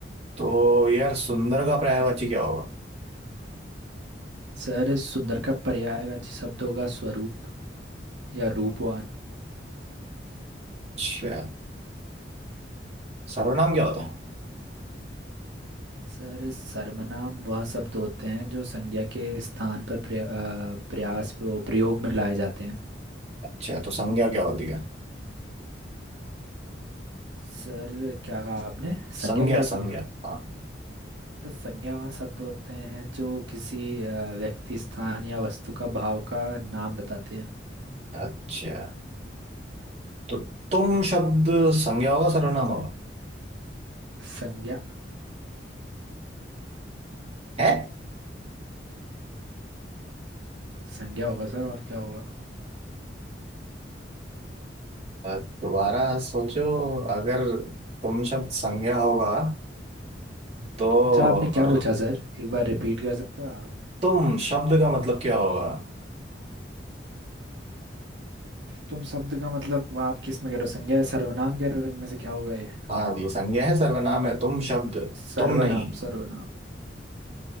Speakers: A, on the right; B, on the right.
A: तो यार सुंदर का पर्यायवाची क्या होगा
B: सर सुंदर का पर्यायवाची शब्द होगा स्वरूप या रूपवान
A: अच्छा सर्वनाम क्या होता है
B: सर सर्वनाम वह शब्द होते हैं जो संज्ञा के स्थान पर प्रया, अ, प्रयास वो प्रयोग में लाए जाते हैं
A: अच्छा तो संज्ञा क्या होती है
B: सर क्या कहा आपने संज्ञा
A: संज्ञा
B: क्या होती
A: संज्ञा
B: है
A: हाँ
B: सर, संज्ञा वह शब्द होते हैं जो किसी अ, व्यक्ति स्थान या वस्तु का भाव का नाम बताते हैं
A: अच्छा तो तुम शब्द संज्ञा होगा सर्वनाम होगा
B: संज्ञा
A: है
B: संज्ञा होगा सर और क्या होगा
A: अ, दोबारा सोचो अगर तुम शब्द संज्ञा होगा तो
B: अच्छा आपने क्या
A: र,
B: पूछा सर एक बार रिपीट कर सकते हो आप
A: तुम शब्द का मतलब क्या होगा
B: तुम शब्द का मतलब आप किस में कह रहे हो संज्ञा या सर्वनाम कह रहे हो इनमें से क्या होगा ये
A: हाँ ये संज्ञा है सर्वनाम है तुम शब्द
B: सर्वनाम
A: तुम नहीं
B: सर्वनाम